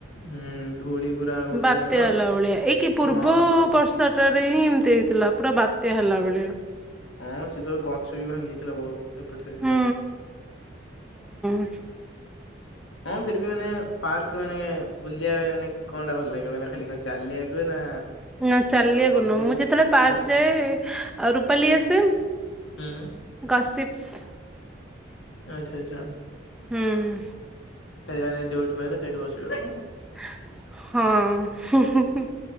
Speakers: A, on the left; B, in the centre.
A: ହୁଁ ଧୂଳି ପୁରା ଉଡୁଛି
B: ବାତ୍ୟା
A: ଆଗ
B: ହେଲା ଭଳିଆ ଏଇ କିି ପୂର୍ବ
A: ହଁ ହଁ।
B: ବର୍ଷା ରେ ହିଁ ଏମିତି ହେଇଥିଲା ପୁରା ବାତ୍ୟା ହେଲା ଭଳିଆ
A: ହଁ ସେତେବେଳେ ଗଛ ବି ଭାଙ୍ଗି ଯାଇଥିଲା ବହୁତ ଏପଟେ
B: ହୁଁ <inaudible>
A: ହଁ ଫିର ବି ମାନେ ପାର୍କ ମାନେ ବୁଲିବା ମାନେ କଣ ଟା ଭଲ ଲାଗିବ ନା ଖାଲି କଣ ଚାଲିବାକୁ ନା
B: ନା ଚାଲିବାକୁ
A: ବସିବାକୁ
B: ନୁହ ମୁଁ ଯେତେବେଳେ ପାର୍କ
A: ଆଉ
B: ଯାଏ ରୁପାଲି ଆସେ
A: ହୁଁ
B: ଗସିପ ଶ <inaudible>
A: ଆଚ୍ଛା ଆଚ୍ଛା
B: ହୁଁ
A: ଖାଇବାରେ ଯଉଠୁ ହେଲେ ସେଇଠୁ ବସିବ।
B: ହଁ